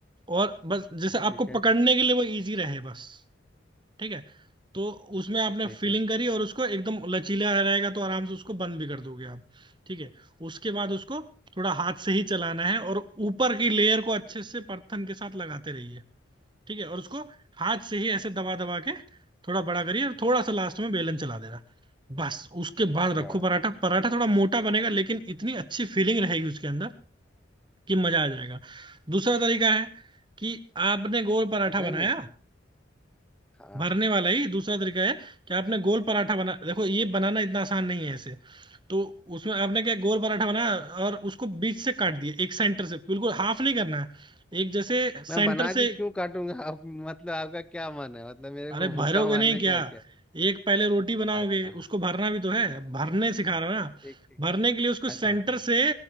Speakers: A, on the right; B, in the centre.
A: और बस जैसे
B: ठीक
A: आपको
B: है
A: पकड़ने के लिए वो इजी रहे बस ठीक है तो उसमें आपने
B: ठीक
A: फिलिंग
B: है
A: करी और उसको एकदम लचीला रहेगा तो आराम से उसको बंद भी कर दोगे आप ठीक है उसके बाद उसको थोड़ा हाथ से ही चलाना है और ऊपर की लेयर को अच्छे से परथन के साथ लगाते रहिए ठीक है और उसको हाथ से ही ऐसे दबा दबा के थोड़ा बड़ा करिए और थोड़ा सा लास्ट में बेलन चला देना बस उसके बाद
B: क्या
A: रखो
B: बात
A: पराठा पराठा थोड़ा मोटा बनेगा लेकिन इतनी अच्छी फीलिंग रहेगी उसके अंदर कि मजा आ जाएगा दूसरा तरीका है कि आपने गोल पराठा
B: नहीं
A: बनाया
B: नहीं हाँ
A: भरने वाला ही दूसरा तरीका है कि आपने गोल पराठा बना देखो ये बनाना इतना आसान नहीं है ऐसे तो उसमें आपने क्या गोल पराठा बनाया और उसको बीच से काट दिया एक सेंटर से बिल्कुल हाफ नहीं करना है एक जैसे सेंटर
B: मैं बना
A: से
B: के क्यों काटूंगा आप मतलब आपका क्या मन है मतलब मेरे
A: अरे
B: को
A: भरोगे
B: भूखा मारने
A: नहीं क्या
B: का है क्या
A: एक पहले रोटी बनाओगे
B: अच्छा हाँ
A: उसको भरना भी तो है भरने
B: ठीक
A: सिखा रहा हूं ना
B: ठीक ठीक
A: भरने के लिए उसको सेंटर
B: अच्छा हाँ
A: से